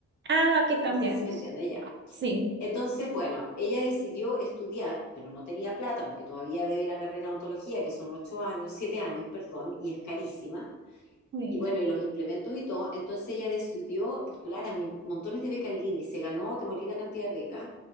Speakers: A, on the right; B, on the left.
A: Ah, aquí también.
B: No sé si me entiende ya.
A: Sí,
B: Entonces, bueno, ella decidió estudiar, pero no tenía plata porque todavía debe la carrera de odontología, que son ocho años, siete años, perdón, y es carísima.
A: sí.
B: Y bueno, y los implementos y todo. Entonces ella decidió postular a mi- montones de becas en línea y se ganó, te morí la cantidad de becas.